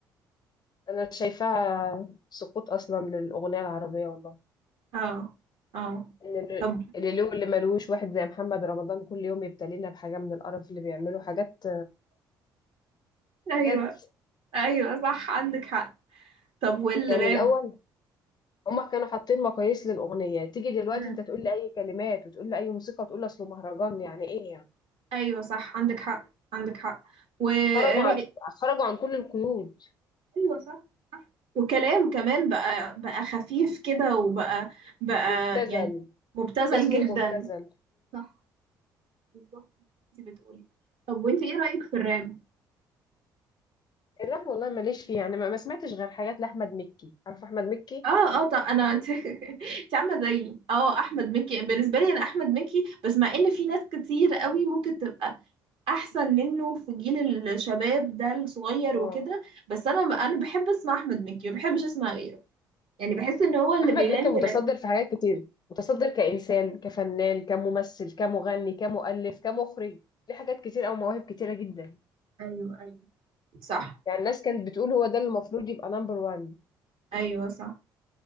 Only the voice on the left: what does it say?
أنا شايفاها سقوط أصلا للأغنية العربية والله
إن ال-
اللي له اللي ملوش واحد زي محمد رمضان كل يوم يبتلينا بحاجة من القرف اللي بيعمله حاجات
بجد
يعني الأول هما كانوا حاطين مقاييس للأغنية تيجي دلوقتي
أنت تقول لي أي كلمات وتقول لي أي موسيقى وتقول لي أصله مهرجان يعني إيه يعني
خرجوا
عن خرجوا عن كل القيود
مبتذل
اسمه
مبتذل
الراب والله ماليش فيه يعني ما ما سمعتش غير حاجات لاحمد مكي عارف احمد مكي
اه
احمد
مكي متصدر
في حاجات كتير متصدر كانسان كفنان كممثل كمغني كمؤلف كمخرج ليه حاجات كتير او مواهب كتيره جدا
يعني الناس كانت بتقول هو ده اللي المفروض يبقى نمبر وان